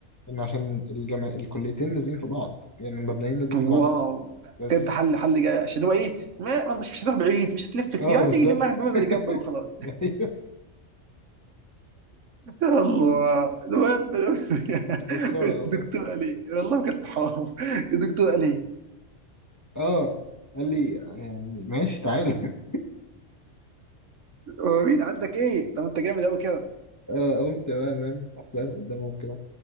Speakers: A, on the left (about 15°); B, on the right (about 70°).
A: إن عشان الجامع الكليتين لازقين في بعض يعني المبنيين لازقين
B: واو
A: في بعض بس بس
B: بجد حل حل جاي عشان هو ايه ما مش مش هتروح بعيد مش هتلف كتير
A: أه بالظبط
B: هتيجي جنبها الباب اللي جنبك وخلاص
A: <laughs> أيوه
B: يا الله المهم <laughs>
A: مسخرة
B: الدكتور
A: والله
B: قال ايه والله بجد حرام الدكتور قال ايه
A: أه قال لي يعني ماشي تعالى <laughs>
B: هو مين عندك ايه طب انت جامد قوي كده
A: أه قمت بقى مان رحت واقف قدامهم كده